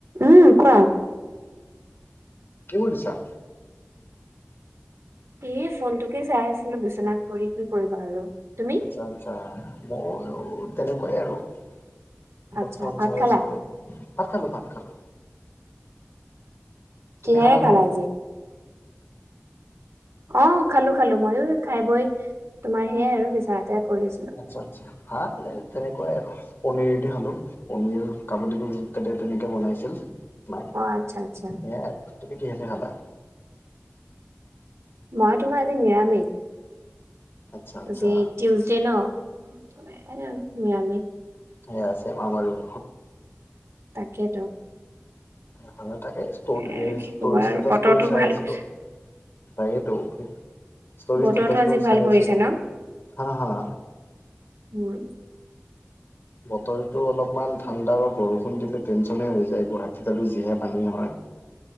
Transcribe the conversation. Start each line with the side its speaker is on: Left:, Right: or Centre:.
Right: উম, কোৱা?
Left: কি কৰিছা?
Right: এই ফোনটোকে চাই আছিলো বিচনাত পৰি কি কৰিবা আৰু তুমি?
Left: আচ্ছা-আচ্ছা' মইয়ো তেনেকুৱাই আৰু অলপ
Right: আচ্ছা
Left: ফোন
Right: ভাত
Left: চাই
Right: খালা?
Left: আছিলো। ভাত খালো ভাত খালো। তুমি
Right: কিহেৰে খালা
Left: ন?
Right: আজি? অ, খালো খালো, মইয়ো খাই বৈ তোমাৰ সেইয়াই আৰু বিচনাতে পৰি আছো।
Left: আচ্ছা-আচ্ছা' ভাত তেনেকুৱাই আৰু। পনিৰেদি খালো, পনিৰ কাবুলী <unintelligible> তেনেকে বনাইছিল। মায়ে সেইয়াই
Right: অ' আচ্ছা আচ্ছা
Left: আৰু তুমি কিহে দি খালা?
Right: মই তোমাৰ আজি নিৰামিষ,
Left: আচ্ছা আচ্ছা
Right: আজি টিউচ <unintelligible> আৰু নিৰামিষ।
Left: সেইয়া আছে আমাৰো।
Right: তাকেতো।
Left: তাকে <unintelligible> ষ্টৰী
Right: এ কি কবা
Left: ষ্টেটাচবোৰ
Right: আৰু বতৰটো
Left: চাই
Right: ভাল
Left: আছিলো।
Right: কৰিছে।
Left: তাকেটো ষ্টৰী
Right: বতৰটো
Left: ষ্টেটাচবোৰ
Right: আজি ভাল
Left: চাই
Right: কৰিছে
Left: আছিলো,
Right: ন?
Left: হা-হা।
Right: মোৰ।
Left: বতৰটো অলপমান ঠাণ্ডা আৰু বৰষুণ দিলে টেনচনে হৈ যায়, গুৱাহাটীত আৰু যিহে পানী হয়।